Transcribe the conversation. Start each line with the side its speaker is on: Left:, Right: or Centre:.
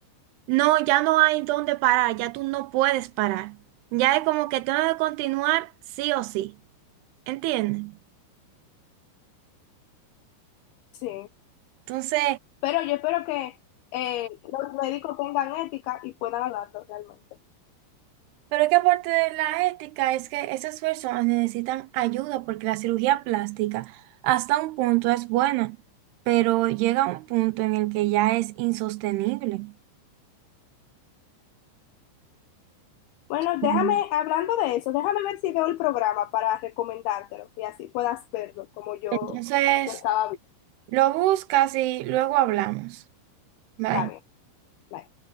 Right: no, ya no hay dónde parar, ya tú no puedes parar. Ya es como que tengo que continuar sí o sí, ¿entiendes?
Left: Sí.
Right: Entonces...
Left: Pero yo espero que eh, los médicos tengan ética y puedan hablarlo realmente.
Right: Pero es que aparte de la ética, es que esas personas necesitan ayuda porque la cirugía plástica hasta un punto es buena, pero llega un punto en el que ya es insostenible.
Left: Bueno, déjame,
Right: Mm.
Left: hablando de eso, déjame ver si veo el programa para recomendártelo y así puedas verlo como yo
Right: Entonces,
Left: lo estaba viendo.
Right: lo buscas y luego hablamos. Bye.
Left: Está bien. Bye.